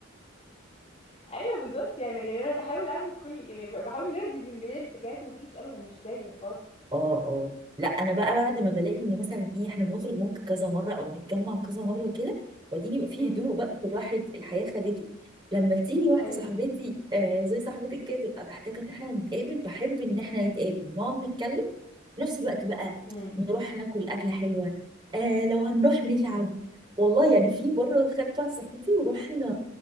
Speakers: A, on the left; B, on the right.
A: ايوه بالظبط يعني يعني انا بحاول اعمل كل يعني بحاول نرضي من جميع الاتجاهات ما فيش ابدا مش جايه خالص
B: اه اه لا انا بقى بعد ما بلاقي ان مثلا ايه احنا بنخرج ممكن كذا مره او بنتجمع كذا مره كده وبعدين يبقى فيه
A: امم
B: هدوء بقى كل واحد الحياه خدته لما تيجي واحده
A: ايوه
B: صاحبتي آه زي صاحبتك كده تبقى محتاجه ان احنا نتقابل بحب ان احنا نتقابل نقعد نتكلم في نفس الوقت بقى
A: امم
B: نروح ناكل اكله حلوه آه لو هنروح نلعب والله يعني في مره خدت واحده صاحبتي ورحنا